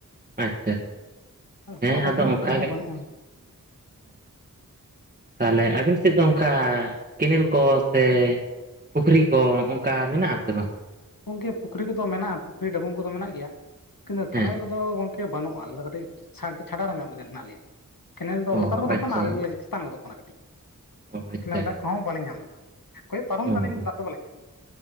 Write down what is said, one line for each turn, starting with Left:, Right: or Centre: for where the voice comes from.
Right: ᱟᱪᱪᱷᱟ ᱟᱪᱪᱷᱟ
Left: ᱟᱞᱮ
Right: ᱦᱮᱸ
Left: ᱥᱮᱜ ᱢᱟ ᱜᱚᱝᱠᱮ
Right: ᱟᱫᱚ
Left: ᱚᱱᱟ
Right: ᱚᱱᱠᱟ
Left: ᱠᱚᱦᱚᱸ
Right: ᱜᱮ
Left: ᱵᱟᱹᱱᱩᱜᱼᱟ᱾
Right: ᱛᱟᱦᱟᱞᱮ ᱟᱹᱵᱤᱱ ᱥᱮᱫ ᱫᱚ ᱚᱱᱠᱟ ᱠᱮᱱᱮᱞ ᱠᱚ ᱥᱮ, ᱯᱩᱠᱷᱨᱤ ᱠᱚ ᱚᱱᱠᱟ ᱢᱮᱱᱟᱜ ᱟᱥᱮ ᱵᱟᱝ?
Left: ᱜᱚᱝᱠᱮ ᱯᱩᱠᱷᱨᱤ ᱠᱚᱫᱚ ᱢᱮᱱᱟᱜᱼᱟ ᱯᱩᱠᱷᱨᱤ ᱰᱚᱵᱚᱝ ᱠᱚᱫᱚ ᱢᱮᱱᱟᱜ ᱜᱮᱭᱟ ᱠᱤᱱᱛᱩ
Right: ᱦᱮᱸ
Left: ᱠᱮᱱᱮᱞ ᱠᱚ ᱫᱚ ᱜᱚᱝᱠᱮ ᱵᱟᱹᱱᱩᱜᱼᱟ ᱟᱞᱮ ᱫᱚ ᱠᱟᱹᱴᱤᱡ ᱪᱷᱟᱰ ᱪᱷᱟᱰ ᱧᱚᱜ ᱞᱮ ᱦᱮᱱᱟᱜ ᱞᱮᱭᱟ ᱠᱮᱱᱮᱞ ᱫᱚ
Right: ᱚ
Left: ᱞᱟᱛᱟᱨ ᱜᱚᱫᱚᱜ
Right: ᱟᱪᱪᱷᱟ
Left: ᱠᱟᱱᱟ ᱟᱞᱮ ᱫᱚ ᱞᱮ ᱛᱟᱱ ᱜᱚᱫᱚᱜ ᱠᱟᱱᱟ ᱠᱟᱹᱴᱤᱡ
Right: ᱚ ᱟᱪᱪᱷᱟ
Left: ᱠᱮᱱᱮᱞ
Right: ᱟᱪᱪᱷᱟ
Left: ᱫᱟᱜ ᱠᱚᱦᱚᱸ ᱵᱟᱞᱮ ᱧᱟᱢ ᱮᱫᱟ ᱠᱚᱭᱜ ᱯᱟᱨᱚᱢ
Right: ᱚ
Left: ᱫᱟᱞᱮ ᱫᱟᱜ ᱫᱚ ᱵᱟᱞᱮ ᱧᱟᱢ ᱮᱫᱟ᱾